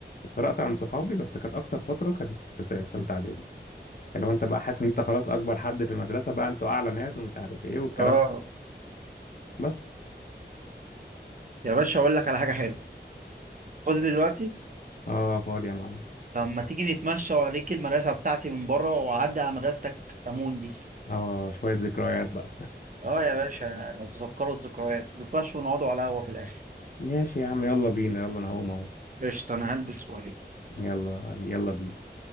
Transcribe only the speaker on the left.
اتفرقت عن صحابي بس كانت اكتر فتره كانت في ت- في ثالثه اعدادي اللي هو انت بقى حاسس ان انت خلاص اكبر حد في المدرسه بقى انتوا اعلى ناس ومش عارف ايه والكلام
بس
اه فاضي يا معلم
اه شوية ذكريات بقى
ماشي يا عم يلا بينا يلا انا هقوم اهو
يلا يلا بينا